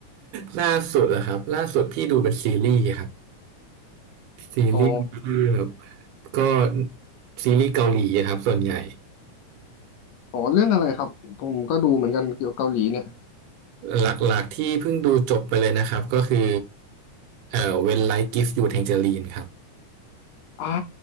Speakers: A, on the right; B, on the left.
A: <laughs> ล่าสุดเหรอครับล่าสุดพี่ดูเป็นซีรีส์ครับซีรีส์ที่แบบ
B: อ๋อ
A: ก็ซีรีส์เกาหลีอะครับส่วนใหญ่
B: อ๋อเรื่องอะไรครับ ผมก็ดูเหมือนกันเกี่ยวกับเกาหลีเนี่ย
A: หลักๆที่เพิ่งดูจบไปเลยนะครับก็คือเอ่อ When Life Gives You Tangerine ครับ
B: อ่า